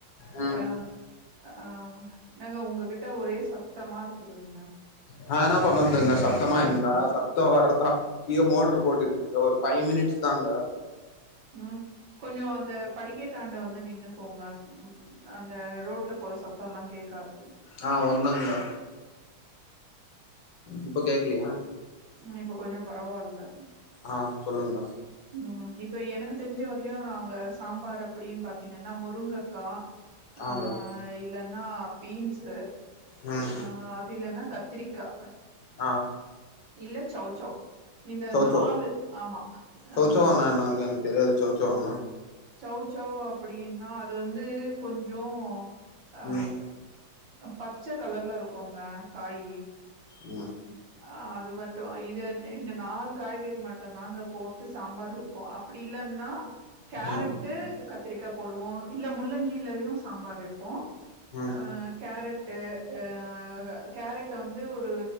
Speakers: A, on the left; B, on the right.
A: ம்
B: ஏ ஆ என்னாங்க உங்ககிட்ட ஒரே சத்தமா இருக்குதுங்க
A: நா என்னா பண்ணற்துங்க சத்தமா இருந்தா சத்தோ வர்றத்தா கீழ மோட்டர் போட்ருக்கங்க ஒரு ஃபைவ் மினிட்ஸ் தாங்க
B: ம் கொஞ்சோ அந்த படிக்கட்டாண்ட வந்து நின்னுக்கோங்க ம் அந்த ரோட்ல போற சத்தோல்லா கேக்காது
A: அ ஒன் மினுக்கா இப்ப கேக்கலையா
B: ம் இப்போ கொஞ்சோ பரவால்ல
A: ஆ சொல்லுங்கா
B: ம் இப்ப எனக்கு தெரிஞ்ச வரைலயு நாங்க சாம்பார் அப்டின்னு பாத்தீங்கன்னா முருங்கக்கா ஆ
A: ஆங்க
B: இல்லன்னா பீன்ஸ்
A: ம்
B: ஆ அது இல்லன்னா கத்திரிக் கா
A: ஆ
B: இல்ல சௌசௌ இந்த
A: சௌசௌ
B: நாலு ஆமா
A: சௌசௌ
B: அங்
A: அண்ணா என்னங்க எனக்கு தெரியாது சௌசௌ ன்னா
B: சௌசௌ அப்டின்னா அது வந்து கொஞ்சோ ஆ
A: ம்
B: அ பச்ச கலர்ல இருக்கூங்க காய்
A: ம்
B: அ அது மட்டு இது இந்த நாலு காய்கறி மட்டுந்தாங்க போட்டு சாம்பார் வைப்போ அ ப்டி இல்லன்னா கேரட்டு
A: ம்
B: கத் திரிக்கா போடுவோ இல்ல முள்ளங்கிலயு சாம்பார் வைப்போ
A: ம்
B: ஆ கேரட்டு அ கேரட் வந்து ஒரு